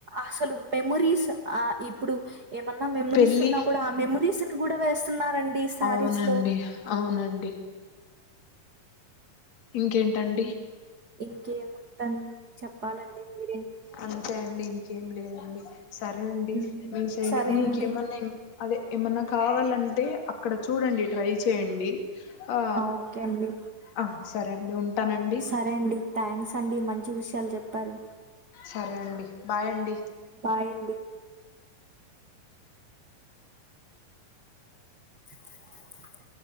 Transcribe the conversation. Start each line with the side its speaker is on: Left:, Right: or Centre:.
Right: అసలు మెమొరీస్ ఆ ఇప్పుడు ఏమన్నా మెమరీస్
Left: పెళ్ళి
Right: ఉన్నా కూడా ఆ మెమరీస్ ని కూడా నారా అండి శారీస్
Left: అవునండి
Right: లో
Left: అవునండి ఇంకేంటండి
Right: ఇంకేముందని చెప్పాలండి మీరే
Left: అంతే అండి ఇంకేం లేదండి సరే అండి
Right: హ్మ్.
Left: మీ సైడ్
Right: సరే
Left: మీకేమన్నా
Right: అండి.
Left: అదే ఏమన్నా కావాలంటే అక్కడ చూడండి ట్రై చేయండి ఆ
Right: ఓకే అండి.
Left: ఆ సరే అండి ఉంటానండి
Right: సరే అండి థ్యాంక్స్ అండి మంచి విషయాలు చెప్పారు
Left: సరే అండి బాయ్ అండి
Right: బాయ్ అండి చె